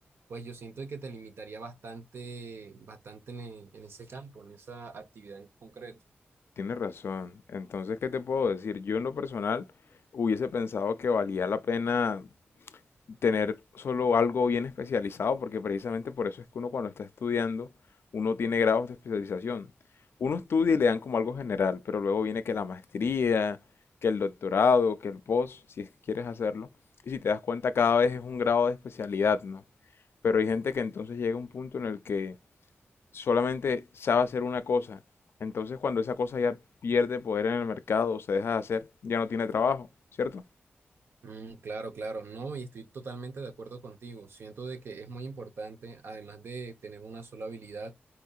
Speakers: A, on the right (about 70°); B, on the left (about 70°).
A: pues yo siento que te limitaría bastante, bastante en, e- en ese campo, en esa actividad en concreto.
B: Tienes razón. Entonces, ¿qué te puedo decir? Yo en lo personal hubiese pensado que valía la pena tener solo algo bien especializado, porque precisamente por eso es que uno cuando está estudiando, uno tiene grados de especialización. Uno estudia y le dan como algo general, pero luego viene que la maestría, que el doctorado, que el post, si es que quieres hacerlo. Y si te das cuenta, cada vez es un grado de especialidad, ¿no? Pero hay gente que entonces llega a un punto en el que solamente sabe hacer una cosa. Entonces, cuando esa cosa ya pierde poder en el mercado o se deja de hacer, ya no tiene trabajo, ¿cierto?
A: Mm, claro, claro, no, y estoy totalmente de acuerdo contigo. Siento de que es muy importante, además de tener una sola habilidad,